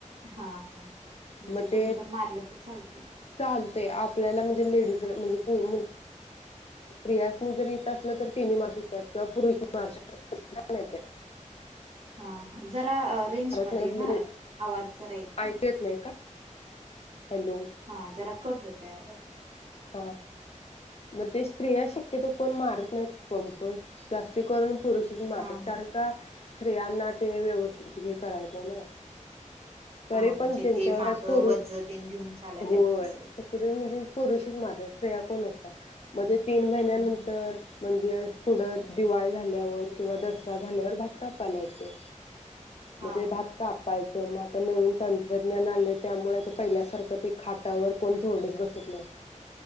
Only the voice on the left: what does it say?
मग ते
चालतय आपल्याला म्हणजे लेडीज म्हणजे होूण <unintelligible> स्त्रियासनी जर इथं असलं तर तिन्ही मारू शकतात. किंवा पुरुष ही मारू शकतात. तसं काय नाहीय ते.
नाहीत
म्हणजे
ऐकू येत का हॅलो
व व तेस स्त्रिया शक्यतो कोण मारत नाहीत पंपर्स प्लास्टिकवरून पुरुषच मारतात
कारण का स्त्रियांना ते व्यवस्थित हे करायचं ना तरी
पण त्यांच्या
घरात पुरुष
होय
शक्यतो म्हणजे पुरुष दस्ते या कोन असता मध्ये ते तीन महिन्यानंतर
म्हणजे पुढं दिवाळी झाल्यावर किंवा दसरा झाल्यावर भात कापपायला येते
म्ते
भात
कापायच तर मग आता नवीन तंत्रज्ञान आलं त्यामुळे ते पहिल्यासारखं ते खाटावर कोण झोडत बसत नाही